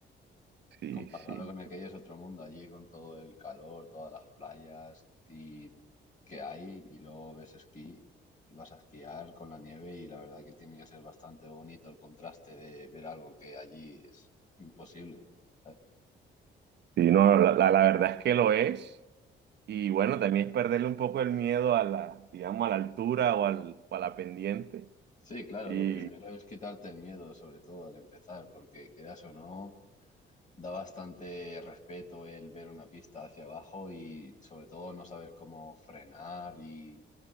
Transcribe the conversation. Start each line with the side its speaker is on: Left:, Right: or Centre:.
Right: Sí,
Left: Comparado
Right: sí.
Left: con aquello es otro mundo allí con todo el calor, todas las playas y que hay y luego ves esquí y vas a esquiar con la nieve y la verdad que tiene que ser bastante bonito el contraste de ver algo que allí es imposible, ¿sabes?
Right: Sí, no, la, la la verdad es que lo es. Y bueno, también es perderle un poco el miedo a la, digamos, a la altura o, al, o a la pendiente.
Left: Sí, claro,
Right: Y,
Left: lo primero es quitarte el miedo, sobre todo al empezar, porque quieras o no. da bastante respeto el ver una pista hacia abajo y sobre todo no saber cómo frenar y